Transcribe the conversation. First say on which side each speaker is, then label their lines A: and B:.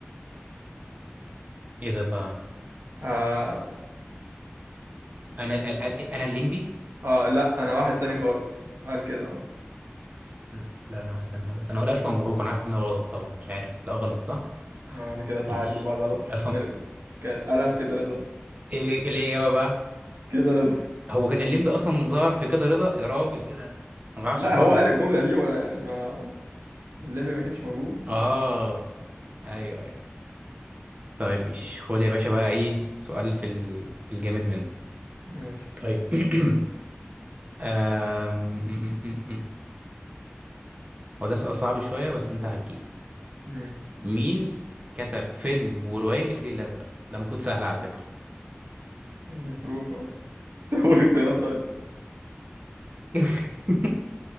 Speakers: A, on the right; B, on the right.
A: ايه ده بقى
B: اه,
A: انا ال ال ال انا الليمبي
B: آه لا انا واحد تاني خالص قال كده اه
A: لا لا، انا حتى انا خلاص انا اقول الف مبروك انا عارف ان هو غلط طبعا مش عارف لا غلط صح
B: آه، انا كده تعادل
A: ماشي
B: بقى غلط
A: الف م...
B: كان كان قالها في كده رضا
A: ايه إيه الاجابه بقى
B: كده رضا
A: هو كان الليمبي اصلا ظهر في كده رضا يا راجل ايه ده انا ما بعرفش
B: لا
A: الحوار
B: هو
A: ده
B: قال الجملة دي ولا يعني ما الليمبي ما كانش موجود
A: اه ايوه ايوه طيب مش خد يا باشا بقى ايه سؤال في ال... في الجامد منه
B: ماشي
A: طيب <clears throat> آم، م- م- م- م. هو ده سؤال صعب شويه بس انت هتجيب
B: مم.
A: مين كتب فيلم وروايه الفيل الازرق ده المفروض سهل على فكره
B: المفروض بقى <laughs> اقول اختيارات طيب
A: <laughs>